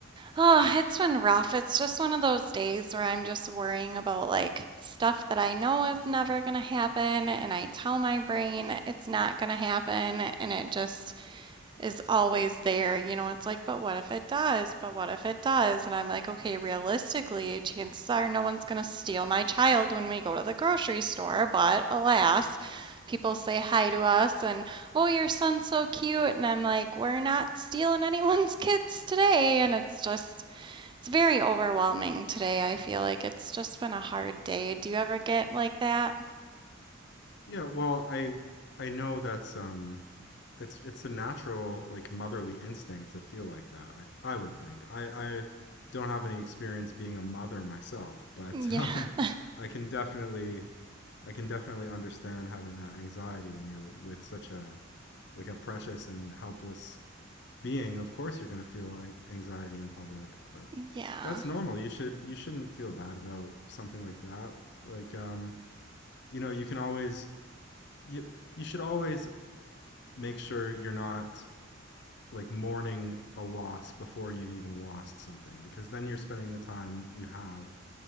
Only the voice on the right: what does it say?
oh, it's been rough. It's just one of those days where I'm just worrying about like stuff that I know is never gonna happen, and I tell my brain it's not gonna happen, and it just is always there. You know, it's like, but what if it does? But what if it does? And I'm like, okay, realistically, chances are no one's going to steal my child when we go to the grocery store. But alas, people say hi to us and, oh, your son's so cute. And I'm like, we're not stealing <laughs> anyone's kids today. And it's just, it's very overwhelming today. I feel like it's just been a hard day. Do you ever get like that?
Yeah.
<laughs>
Yeah.